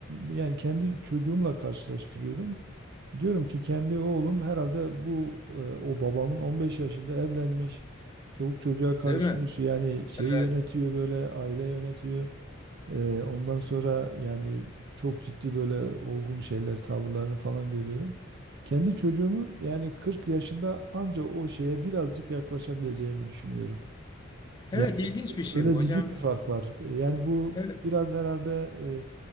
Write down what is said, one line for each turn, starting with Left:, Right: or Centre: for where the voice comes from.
Right: e, yani kendi çocuğumla karşılaştırıyorum. Diyorum ki kendi oğlum herhalde bu e, o babamın 15 yaşında evlenmiş, çoluk çocuğa karışmış
Left: Değil mi?
Right: yani şeyi
Left: Evet.
Right: yönetiyor böyle aile yönetiyor. Ee, ondan sonra yani çok ciddi böyle olgun şeyler, tavırlarını falan görüyorum. Kendi çocuğumun yani 40 yaşında anca o şeye birazcık yaklaşabileceğini düşünüyorum.
Left: Evet
Right: Yani
Left: ilginç bir şey
Right: öyle
Left: bu hocam.
Right: ciddi bir fark var. Ee, Yani bu
Left: Evet.
Right: biraz herhalde e,